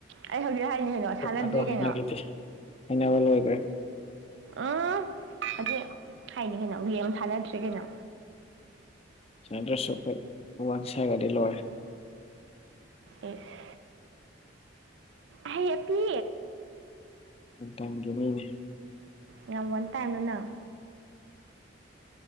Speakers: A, on the right; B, on the left.
A: ꯑꯩ ꯍꯧꯖꯤꯛ ꯍꯥꯏꯅꯤ ꯀꯩꯅꯣ ꯁꯥꯟꯅꯗ꯭ꯔꯤ
B: ꯑꯗꯨ ꯍꯥꯏꯅꯈꯤꯗꯦ
A: ꯀꯩꯅꯣ
B: ꯍꯥꯏꯅꯕ ꯂꯣꯏꯈ꯭ꯔꯦ
A: ꯎꯝ ꯍꯧ ꯍꯥꯏꯅꯤ ꯀꯩꯅꯣ ꯑꯃ ꯁꯥꯟꯅꯗ꯭꯭ꯔꯔꯤ ꯀꯩꯅꯣ
B: ꯁꯗ꯭ꯔꯁ ꯁ ꯐꯩ ꯋꯥꯟ ꯁꯥꯏꯒꯒꯥꯗꯤ ꯂ
A: ꯑꯦꯁ ꯑꯩ ꯑꯄꯤ
B: ꯇꯪꯒꯤ ꯃꯤꯅꯤ
A: ꯌꯥꯝ ꯋꯥꯟ ꯇꯥꯏꯝꯅꯅꯪ